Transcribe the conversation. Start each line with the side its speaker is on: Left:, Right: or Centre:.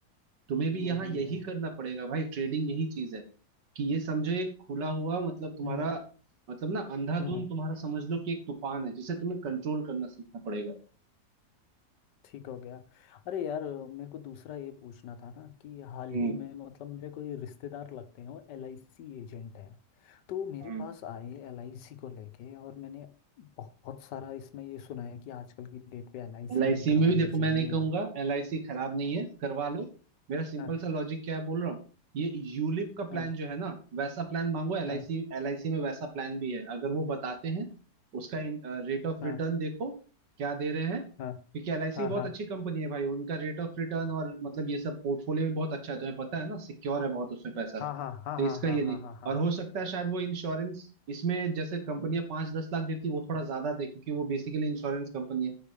Right: तुम्हें भी
Left: ये
Right: यहाँ
Left: भी
Right: यही
Left: है
Right: करना पड़ेगा भाई ट्रेडिंग यही चीज है कि ये समझो एक खुला हुआ मतलब तुम्हारा
Left: हम्म
Right: मतलब ना अंधाधुंध
Left: हम्म हम्म,
Right: तुम्हारा समझ लो कि एक तूफान है जिसे तुम्हें कंट्रोल करना सीखना पड़ेगा
Left: ठीक हो गया अरे यार मेरे को दूसरा ये पूछना था ना कि हाल
Right: हम्म
Left: ही में मतलब मेरे कोई रिश्तेदार लगते हैं वो एल आई सी एजेंट हैं तो वो मेरे
Right: हम्म
Left: पास आए एल आई सी को लेके और मैंने बहुत सारा इसमें ये सुना है कि आजकल की डेट पे एल आई
Right: एल
Left: सी
Right: आई
Left: नहीं
Right: सी
Left: करवानी
Right: में भी देखो
Left: चाहिए
Right: मैं नहीं कहूंगा एल आई सी खराब नहीं है करवा लो मेरा सिंपल
Left: हाँ
Right: सा लॉजिक क्या है बोल रहा हूँ ये यूलिप का
Left: हाँ
Right: प्लान जो है ना वैसा प्लान मांगो L
Left: हाँ
Right: I C L I C में वैसा प्लान भी है अगर वो बताते हैं उसका रेट ऑफ
Left: हाँ
Right: रिटर्न देखो क्या दे रहे हैं क्योंकि
Left: हाँ
Right: एल आई
Left: हाँ
Right: सी बहुत अच्छी कंपनी है भाई उनका रेट ऑफ रिटर्न और मतलब ये सब पोर्टफोलियो भी बहुत अच्छा है तुम्हें पता है ना सिक्योर है बहुत उसमें पैसा तो
Left: हाँ हाँ हाँ
Right: इसका
Left: हाँ हाँ
Right: ये
Left: हाँ
Right: नहीं
Left: हाँ हाँ हाँ
Right: और हो सकता है शायद वो इंश्योरेंस इसमें जैसे कंपनियां पांच दस लाख देती है वो थोड़ा ज्यादा दे क्योंकि वो बेसिकली इंश्योरेंस कंपनी है